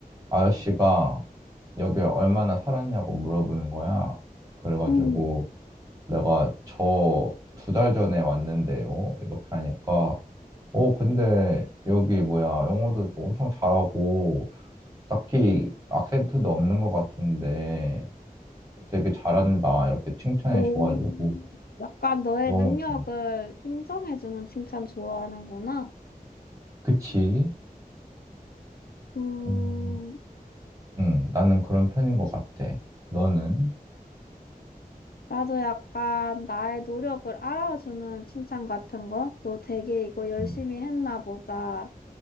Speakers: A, on the right; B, on the left.
A: 아저씨가 여기 얼마나 살았냐고 물어보는 거야. 그래가지고
B: 응.
A: 내가 저 두 달 전에 왔는데요. 이렇게 하니까, 어, 근데 여기 뭐야, 영어도 엄청 잘하고, 딱히 악센트도 없는 것 같은데 되게 잘한다. 이렇게 칭찬해
B: 오.
A: 줘가지고
B: 약간 너의
A: 너무
B: 능력을
A: 좋아.
B: 인정해주는 칭찬 좋아하는구나.
A: 그치?
B: 음,
A: 음, 음, 나는 그런 편인 것 같아. 너는?
B: 나도 약간 나의 노력을 알아주는 칭찬 같은 거? 너 되게 이거 열심히
A: 음,
B: 했나 보다.